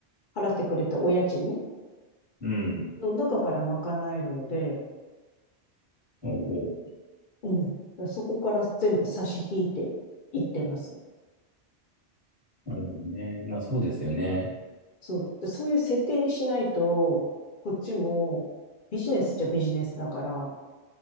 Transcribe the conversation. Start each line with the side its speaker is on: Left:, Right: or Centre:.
Left: 払ってくれたお家賃
Right: うん。
Left: の中から賄えるので、
Right: おうおう。
Left: うん。そこから全部差し引いていってます。
Right: なるほどね。まあそうですよね。
Left: そう。でそういう設定にしないと、こっちもビジネスっちゃビジネスだから、